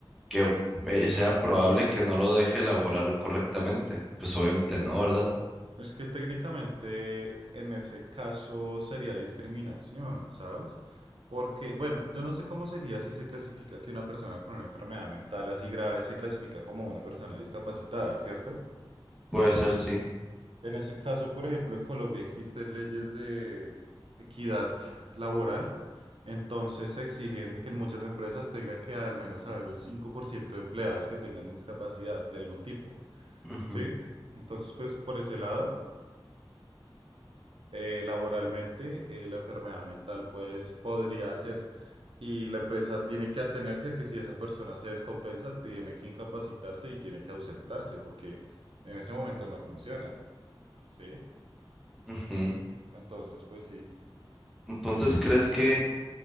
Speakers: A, in the centre; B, on the right.
A: que eh, sea probable que no lo deje elaborar correctamente? Pues obviamente no, ¿verdad?
B: Es que técnicamente en ese caso sería discriminación, ¿sabes? Porque, bueno, yo no sé cómo sería si se clasifica que una persona con una enfermedad mental así grave se clasifica como una persona discapacitada, ¿cierto?
A: Puede ser, sí.
B: En ese caso, por ejemplo, en Colombia existen leyes de equidad laboral, entonces se exigen que en muchas empresas tenga que al menos haber un 5% de empleados que tengan discapacidad de algún tipo,
A: Ujú.
B: ¿sí? Entonces, pues por ese lado. eh, laboralmente, eh, la enfermedad mental, pues podría ser. Y la empresa tiene que atenerse a que si esa persona se descompensa, tiene que incapacitarse y tiene que ausentarse, porque en ese momento no funciona, ¿sí?
A: Ujú.
B: Entonces, pues sí,
A: Entonces, ¿crees que